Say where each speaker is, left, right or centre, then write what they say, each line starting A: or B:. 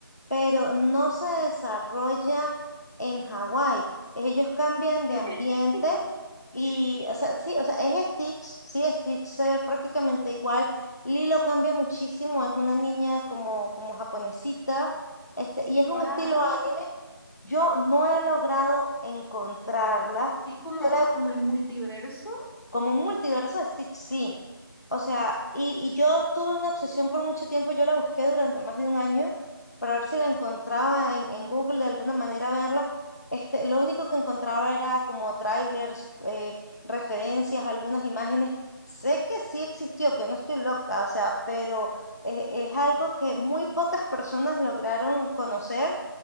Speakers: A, on the left; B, on the left.
A: Pero no se desarrolla en Hawái. Ellos cambian de
B: <laughs>
A: ambiente y, o sea, sí, o sea, es Stitch, sí, Stitch se ve prácticamente igual. Lilo cambia muchísimo, es una niña como, como japonesita, este, y es un
B: Guau,
A: estilo anime yo no he logrado encontrarla.
B: Es como,
A: Yo la-
B: como el multiverso,
A: como un multiverso de Stitch, sí. O sea, y, y yo tuve una obsesión por mucho tiempo. Yo la busqué durante más de un año para ver si la encontraba en, en Google de alguna manera verla. Este, lo único que encontraba era como trailers, eh, referencias, algunas imágenes. Sé que sí existió, que no estoy loca, o sea, pero eh, es algo que muy pocas personas lograron conocer